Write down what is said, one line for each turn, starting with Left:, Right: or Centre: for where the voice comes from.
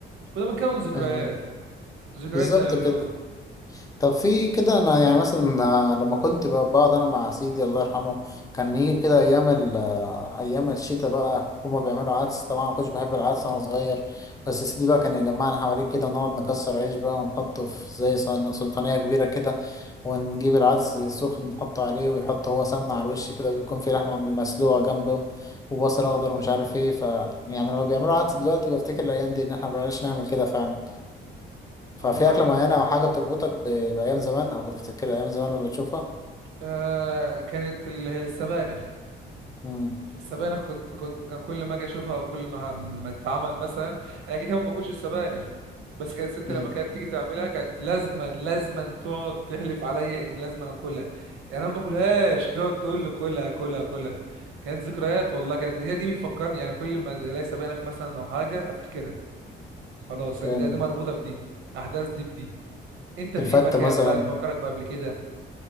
Right: كنا بنكون ذكريات
Left: آه
Right: ذكريات
Left: بالظبط
Right: زي ما بيقول
Left: كده طب في كده انا يعني مثلا آه، لما كنت ب- بقعد انا مع سيدي الله يرحمه كان يجي كده ايام ال آه، ايام الشتاء بقى هما بيعملوا عدس طبعا ما كنتش بحب العدس وانا صغير بس سيدي بقى كان يجمعنا حواليه كده نقعد نكسر عيش بقى ونحطه في زي صن- سلطانية كبيرة كده ونجيب العدس سخن نحطه عليه ويحط هو سمنة على الوش كده ويكون في لحمة مسلوقة جنبه وبصل اخضر ومش عارف ايه ف يعني لما بيعملوا عدس دلوقتي بفتكر الايام دي ان احنا مبقناش نعمل كده فعلا ففي
Right: هم عشان
Left: أكلة معينة أو حاجة بتربطك ب- بأيام زمان أو بتفتكر أيام زمان لما بتشوفها
Right: آه كانت ال- السبانخ
Left: مم.
Right: السبانخ كنت كنت كان كل ما اجي اشوفها وكل ما ما تتعمل مثلا انا كده كده ما باكلش السبانخ بس كانت ستي
Left: مم.
Right: لما كانت تيجي تعملها كانت لازما لازما تقعد تحلف عليا ان لازما اكلها يعني انا ما باكلهاش تقعد تقول لي كلها كلها كلها كانت ذكريات والله كانت هي دي بتفكرني يعني كل ما الاقي سبانخ مثلا او حاجه افتكرها خلاص
Left: كان
Right: يعني دي, دي مربوطه بدي احداث دي بدي انت في
Left: الفتة
Right: مكان
Left: مثلا
Right: بقى بيفكرك بقى قبل كده